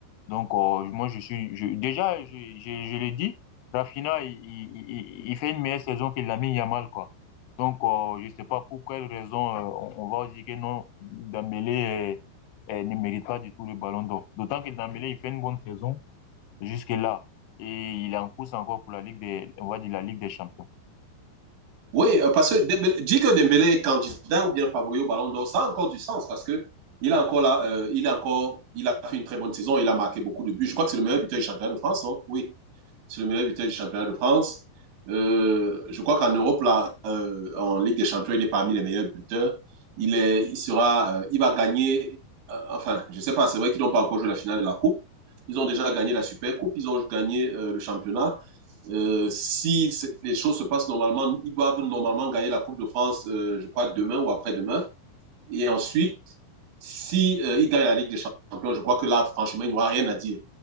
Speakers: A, on the left; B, on the right.
A: Donc, euh, moi, je suis, je, déjà, je, je, je l'ai dit, Rafinha, il, il, il- il fait une meilleure saison que Lamine Yamal, quoi. Donc, euh, je sais pas pour quelle raison euh, on, on va dire que non, Dembélé euh, euh, ne mérite pas du tout le ballon d'or. D'autant que Dembélé, il fait une bonne saison jusque-là. Et il est en course encore pour la Ligue des, on va dire la Ligue des Champions.
B: oui, euh, parce que Dembélé, dit que Dembélé est candidat ou bien favori au Ballon d'Or, ça a encore du sens parce que il a encore là, euh, il a encore, il a fait une très bonne saison, il a marqué beaucoup de buts. Je crois que c'est le meilleur buteur du championnat de France, non? Oui. c'est le meilleur buteur du championnat de France. Euh, je crois qu'en Europe, là, euh, en Ligue des Champions, il est parmi les meilleurs buteurs. Il, est, il, sera, euh, il va gagner, euh, enfin, je ne sais pas, c'est vrai qu'ils n'ont pas encore joué la finale de la Coupe. Ils ont déjà gagné la Super Coupe, ils ont gagné euh, le championnat. Euh, si les choses se passent normalement, ils doivent normalement gagner la Coupe de France, euh, je crois, demain ou après-demain. Et ensuite, si euh, il gagne la Ligue des Champions, je crois que là, franchement, il n'y aura rien à dire.